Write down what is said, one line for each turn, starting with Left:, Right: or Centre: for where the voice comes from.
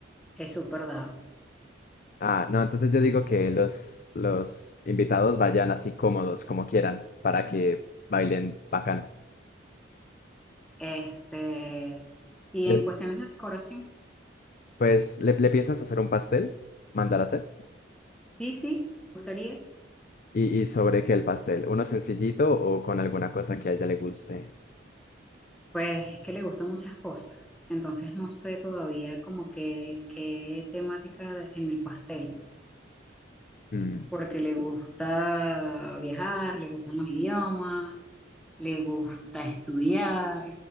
Centre: es súper dado.
Left: Ah, no, entonces yo digo que los, los invitados vayan así cómodos, como quieran, para que bailen bacano.
Centre: Este, y
Left: Le-
Centre: en cuestiones de decoración,
Left: pues, ¿le, le piensas hacer un pastel? ¿Mandar a hacer?
Centre: sí, sí, me gustaría.
Left: ¿Y, y sobre qué el pastel? ¿Uno sencillito o con alguna cosa que a ella le guste?
Centre: Pues es que le gustan muchas cosas, entonces no sé todavía como que qué temática de- en el pastel,
Left: Mm,
Centre: porque le gusta viajar, le gustan los idiomas, le gusta estudiar,